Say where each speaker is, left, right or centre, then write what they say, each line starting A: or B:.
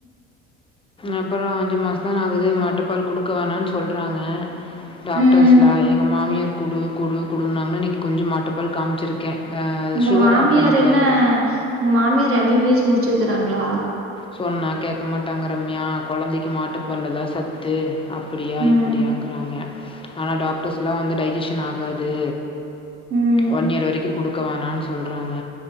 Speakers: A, on the left; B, on the right.
A: அப்பர அஞ்சு மாசதான்ன ஆகுது மாட்டுப்பால் குடுக்க வேணான்னு சொல்றாங்க டாக்டர்ஸ்லா
B: ம்
A: எங்க மாமியார் குடு குடு குடுனாங்கன்னு இன்னைக்கு கொஞ்ச மாட்டுப்பால் காமிச்சிருக்க ஆ
B: உங்க
A: சுகர்
B: மாமியார்
A: ஆட் பண்ணக்கூடாது
B: என்ன உங்க மாமியார் எம்பிபிஎஸ் முடிச்சிருக்காங்களா
A: சொன்னா கேட்க மாட்டாங்க ரம்யா குழந்தைக்கு மாட்டுப்பால்லதா சத்து அப்டியா
B: ம்
A: இப்டியாங்கிறாங்க ஆனா டாக்டர்ஸ்லா வந்து டைஜஷன் ஆகாது
B: ம்
A: ஒன்யியர் வரைக்கு கொடுக்க வோனான்னு சொல்றாங்க